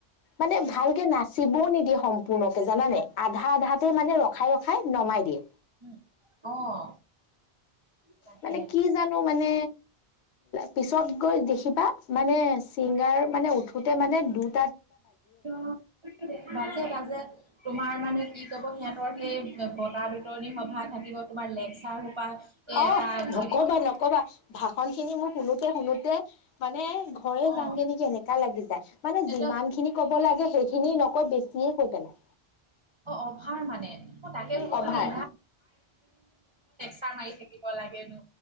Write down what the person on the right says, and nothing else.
উম অ তাকে
<unintelligible> বাজে-বাজে। তোমাৰ মানে কি কৰিব সিহঁতৰ সেই বঁটা বিতৰণী সভা থাকিব তোমাৰ লেকচাৰ সোপা এই
এটা উঠিব
অ
একদম
অ' অভাৰ মানে তাকে হ'ব
তু ই <unintelligible> তাৰ মাৰি থাকিব লাগেনো